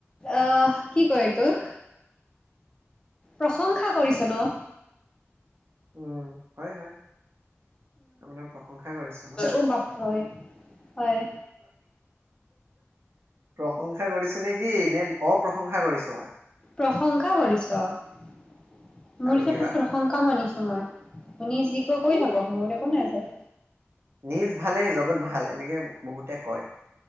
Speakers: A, on the left (about 20°); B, on the right (about 55°).
A: আহ কি ক এতোক প্ৰশংসা কৰিছ ন
B: উম হয় হয় আপোনাৰ প্ৰশংসা কৰিছো ন মই?
A: উম <unintelligible> হয়
B: প্ৰশংসা কৰিছো নে কি নে অপ্ৰশংসা কৰিছো মই
A: প্ৰশংসা কৰিছ মোৰ
B: আৰু
A: হিচাপত
B: কিবা?
A: প্ৰশংসা মানিছ সময় তুমি যি কয় কৰি
B: উম,
A: থাকক মোৰ একো
B: উম,
A: নেজায়।
B: নিজ ভালেই জগত ভাল এনেকে বহুতে কয়।